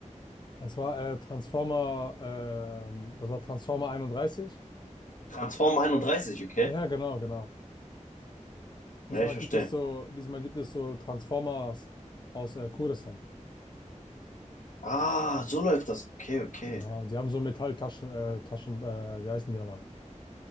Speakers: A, on the left (about 35°); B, on the left (about 80°).
A: Und zwar äh, Transformer, ähm, das war Transformer 31.
B: Transform einunddreißig okay.
A: Ja, genau, genau. Diesmal
B: Ja, ich verstehe.
A: gibt es so, diesmal gibt es so Transformers aus äh, Kurdistan.
B: Ah, so läuft das. Okay, okay.
A: Ja, die haben so Metalltaschen, äh, Taschen, äh, wie heißen die nochmal?